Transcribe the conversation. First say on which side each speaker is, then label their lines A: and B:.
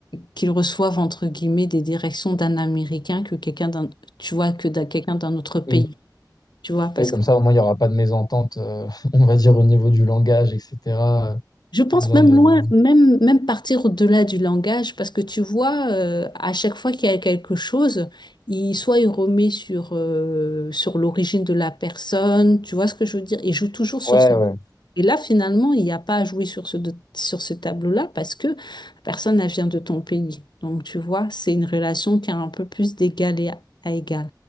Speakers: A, on the left; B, on the left.
A: qu'ils reçoivent, entre guillemets, des directions d'un Américain que quelqu'un d'un, tu vois, que d'un quelqu'un d'un autre pays,
B: Oui.
A: tu vois, parce
B: Et comme
A: que
B: ça, au moins, il n'y aura pas de mésentente, euh, <laughs> on va dire, au niveau du langage, etc.
A: Je pense
B: Pas besoin
A: même
B: de...
A: loin, même, même partir au-delà du langage, parce que tu vois, euh, à chaque fois qu'il y a quelque chose, il, soit il remet sur, euh, sur l'origine de la personne, tu vois ce que je veux dire? Il joue toujours sur
B: Ouais,
A: ce
B: ouais.
A: et là, finalement, il n'y a pas à jouer sur ce, de- sur ce tableau-là parce que la personne, elle vient de ton pays. Donc, tu vois, c'est une relation qui est un peu plus d'égal et à, à égal,